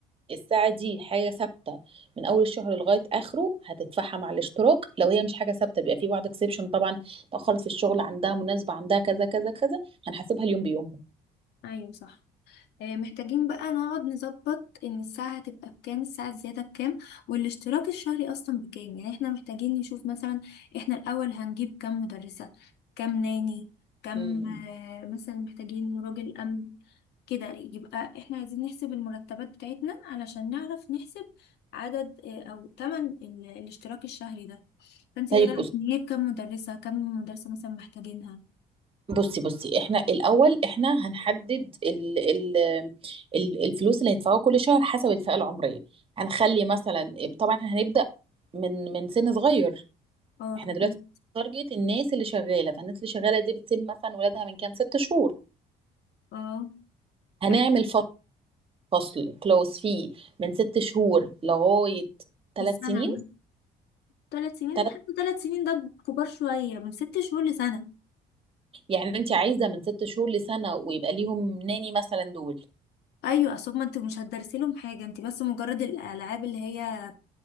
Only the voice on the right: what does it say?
الساعة دي حاجة ثابتة من أول الشهر لغاية آخره هتدفعها مع الاشتراك لو هي مش حاجة ثابتة بيبقى في بعض اكسبشن طبعا تأخرت في الشغل عندها مناسبة عندها كذا كذا كذا هنحاسبها اليوم بيومه
مم.
طيب
بص
بصي بصي احنا الأول احنا هنحدد ال ال ال الفلوس اللي هيدفعوها كل شهر حسب الفئة العمرية هنخلي مثلا طبعا احنا هنبدأ من من سن صغير
احنا
دلوقتي تارجت الناس اللي شغالة فالناس اللي شغالة دي بتسيب مثلا ولادها من كام ست شهور
هنعمل
فصل كلوز فيه من ست شهور لغاية ثلاث
سنين
تلت
يعني انت عايزة من ست شهور لسنة ويبقى ليهم ناني مثلا دول